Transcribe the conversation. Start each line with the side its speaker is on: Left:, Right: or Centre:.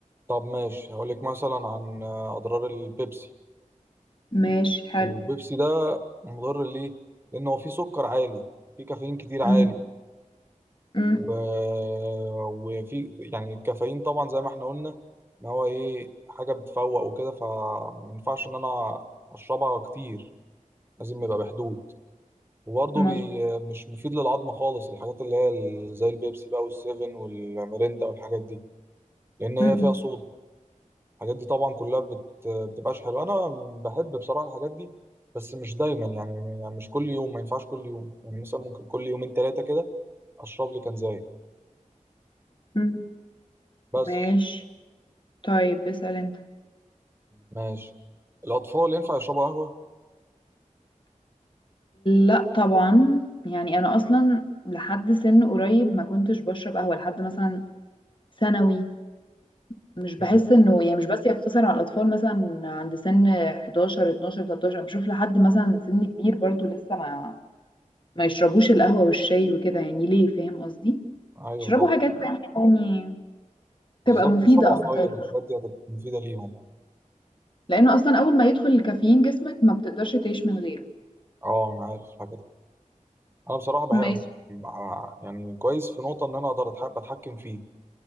Right: طب ماشي هقولك مثلا عن آه، اضرار البيبسي
Left: ماشي حلو
Right: البيبسي ده مضر ليه؟ لأن هو فيه سكر عالي، فيه كافيين كتير عالي،
Left: م- م.
Right: و... وفي يعني الكافيين طبعا زي ما احنا قلنا إن هو إيه حاجة بتفوق وكده فمينفعش إن أنا أشربها كتير، لازم يبقى بحدود، وبرضه
Left: مظبوط
Right: بي... مش مفيد للعظم خالص الحاجات اللي هي ال- زي البيبسي بقى والسيفن والميريندا والحاجات دي، لأن هي
Left: م-
Right: فيها
Left: م.
Right: صودا. الحاجات دي طبعا كلها بت... بتبقاش حلوه انا بحب بصراحه الحاجات دي بس مش دايما يعني يعني مش كل يوم ما ينفعش كل يوم يعني مثلا ممكن كل يومين ثلاثه كده اشرب لي كنزايه
Left: م.
Right: بس
Left: ماشي طيب اسأل انت
Right: ماشي الاطفال ينفع يشربوا قهوه
Left: لا طبعا يعني انا اصلا لحد سن قريب ما كنتش بشرب قهوة لحد مثلا ثانوي مش باحس
Right: مم.
Left: إنه يعني مش بس يقتصر على الأطفال مثلًا عند سِن 11، 12، 13، أنا باشوف لحد مثلًا سِن كبير برضه لسه ما ما يشربوش القهوة والشاي وكده يعني ليه، فاهم قصدي؟
Right: ايوه
Left: يشربوا
Right: طبعا
Left: حاجات تانية يعني
Right: بالظبط
Left: تبقى مفيدة
Right: يشربوا عصاير
Left: أكتر،
Right: الحاجات دي هتبقى مفيده ليهم يعني
Left: لإنه أصلًا أول ما يدخل الكافيين جسمك ما بتقدرش تعيش من غيره.
Right: اه انا عارف الحاجه دي انا بصراحه بحب
Left: ماشي.
Right: يعني كويس في نقطه ان انا اقدر أتحب اتحكم فيه